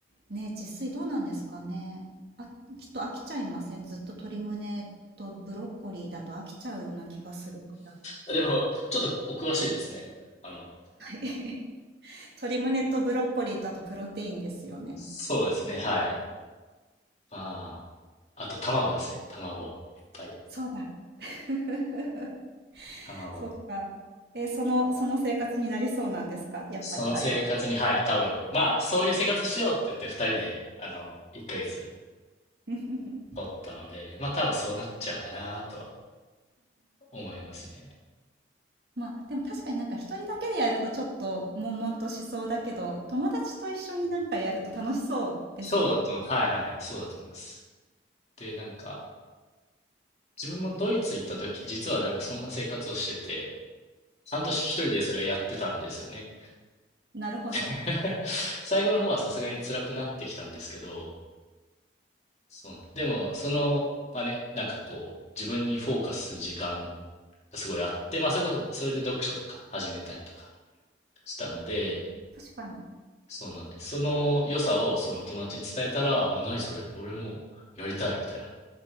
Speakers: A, on the right; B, on the left.
A: ね、自炊どうなんですかね。あ、きっと飽きちゃいません。ずっと鶏胸とブロッコリーだと飽きちゃうような気がするから。は
B: でも、ちょっとお詳しいですね。あの、
A: い <laughs> 鶏胸とブロッコリーとあとプロテインですよね。
B: そうですね、はい。まああ、あと卵ですね、卵。いっぱい。
A: そうだ。<laughs>
B: 卵。
A: そっか。え、その、その生活になりそうなんですかやっぱりタイは。
B: その生活に、はい、多分、まあ、そういう生活しようって言って二人で、あの、一ヶ月
A: <laughs>
B: 取ったので、まあ多分そうなっちゃうかなとは思いますね。
A: まあ、でも確かになんか一人だけでやるとちょっと悶々としそうだけど、友達と一緒になんかやると楽しそうですね。
B: そうだと思う。はいはい。そうだと思います。で、なんか、自分もドイツ行った時、実はなんかそんな生活をしてて、半年一人でそれをやってたんですよね。
A: なるほど。
B: <laughs> 最後の方はさすがに辛くなってきたんですけど、そうなん、でも、その、まあね、なんかこう、自分にフォーカスする時間がすごいあって、まあそれこそ、それで読書とか始めたりとかしたので、
A: 確かに。
B: そうなんです。その良さをその友達に伝えたら、お、何それ、俺もやりたいみたい